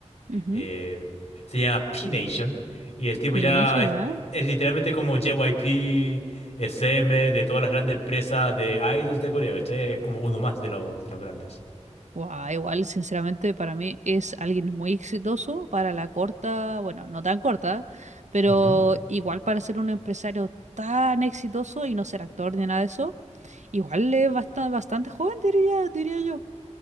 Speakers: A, on the right; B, on the left.
A: ujú.
B: eh, se llama P-Nation, y el tipo
A: Pinecho
B: ya
A: ya.
B: es, es literalmente como JYP, SM, de todas las grandes empresas de idols de Corea, ¿cachai? Es como uno más de los, de los grandes.
A: Guau, igual, sinceramente, para mí es alguien muy exitoso para la corta, bueno, no tan corta, pero
B: Ujú.
A: igual para ser un empresario tan exitoso y no ser actor ni nada de eso, igual es bastante, bastante joven, diría, diría yo.